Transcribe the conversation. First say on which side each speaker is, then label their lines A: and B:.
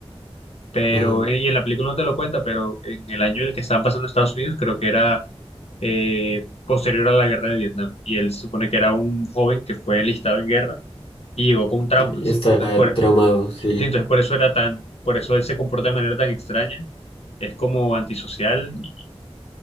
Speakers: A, on the left (about 75°); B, on the left (about 60°).
A: Pero,
B: Ajá.
A: eh, y en la película no te lo cuenta, pero en el año en el que estaban pasando Estados Unidos, creo que era eh, posterior a la guerra de Vietnam. Y él se supone que era un joven que fue enlistado en guerra y llegó con traumas.
B: Está
A: Entonces por,
B: traumado, sí.
A: sí, entonces por eso era tan, por eso él se comporta de manera tan extraña. Es como antisocial y,